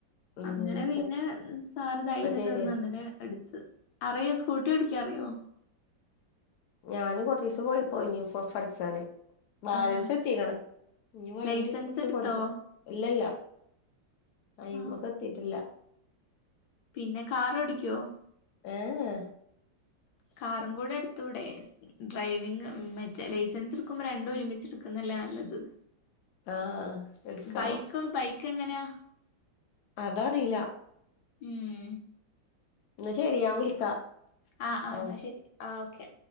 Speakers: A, on the left; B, on the left.
A: ഉം
B: അങ്ങനെ പിന്നെ സാർ ധൈര്യം
A: ഇപ്പ ശരിയാ
B: തന്നു അങ്ങനെ എടുത്ത് അറിയോ സ്കൂട്ടി ഓടിക്കാ അറിയോ
A: ഞാന് കൊറേസം ദിവസം പോയി പോയി ന് <unintelligible> പഠിച്ചാണ് ബാലൻസ്
B: ആഹ്
A: കിട്ടീക്കണ് ഇനിവണ്ടി
B: ലൈസൻസ്
A: എടുത്തിട്ട്
B: എടുത്തോ
A: പഠിച്ച ഇല്ലല്ല അയിമ്മക്ക്
B: ആഹ്
A: എത്തീട്ടില്ല
B: പിന്നെ കാറോടിക്കോ
A: ഏ ഏ
B: കാറും കൂടെ എടുത്തൂടെ ഡ്രൈവിങ് മറ്റേ ലൈസൻസ് എടുക്കുമ്പോ രണ്ടും ഒരുമിച്ച് എടുക്കുന്നല്ലേ നല്ലത്
A: ആഹ് എടുക്കണം
B: ബൈക്കോ ബൈക്ക് എങ്ങനാ
A: അതറിയില്ല
B: ഉം
A: എന്നാ ശെരി ഞാൻ വിളിക്കാ
B: ആഹ് ആ
A: ഓ
B: എന്നാ ശരി ആ ഓക്കെ